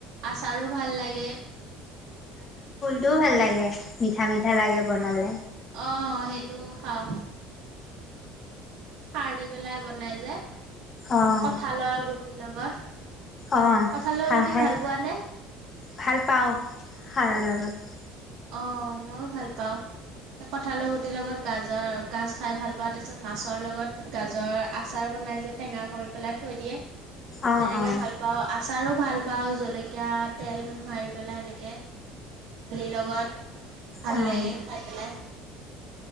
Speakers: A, on the right; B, on the left.
A: আচাৰো ভাল লাগে।
B: টো ভাল লাগে, মিঠা মিঠা লাগে বনালে।
A: অ সেইটোও খাও, খাৰ দি পেলাই বনাই যে।
B: অ',
A: কঠালৰ গু টি লগত
B: অ
A: কঁঠালৰ
B: খাই
A: গুটি
B: খাই
A: ভাল পোৱানে
B: ভাল পাও। খাৰৰ লগত।
A: অঁ ময়ো ভাল পাওঁ ।কঁঠালৰ গুটিৰ লগত গাজৰ গাজ খাই ভাল পাওঁ, তাৰপিছত মাছৰ লগত গাজৰ আচাৰ বনাই যে টেঙা কৰি পেলাই থৈ দিয়ে
B: অ',
A: তেনেকে
B: অ',
A: ভাল পাওঁ, আচাৰো মই ভাল পাও জলকীয়া, তেল মোহাৰি পেলাই এনেকে লগত ভাল
B: অ'।
A: লাগে খাই পেলাই